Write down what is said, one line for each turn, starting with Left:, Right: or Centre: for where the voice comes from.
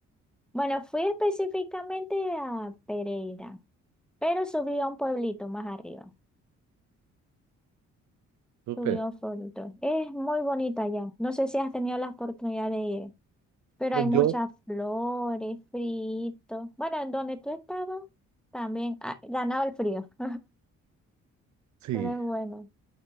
Centre: Bueno, fui específicamente a Pereira, pero subí a un pueblito más arriba.
Right: Súper.
Centre: Subió fotos. Es muy bonita ya. No sé si has tenido la oportunidad de ir, pero
Right: Pues
Centre: hay muchas
Right: yo,
Centre: flores, fritos. Bueno, en donde tú estabas también ah, ganaba el frío, <laughs>
Right: sí,
Centre: pero es bueno.